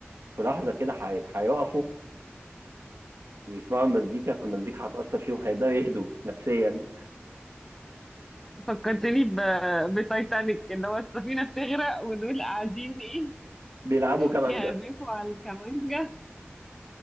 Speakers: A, on the right; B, in the centre.
A: في لحظة كده هي- هيقفوا ويسمعوا المزيكا فالمزيكا هتأثر فيهم هيبدأوا يهدوا نفسيا
B: فكرتني ب... بتايتانيك اللي هو السفينة بتغرق ودول قاعدين ايه
A: بيلعبوا كمانجا
B: يعزفوا على الكمانجة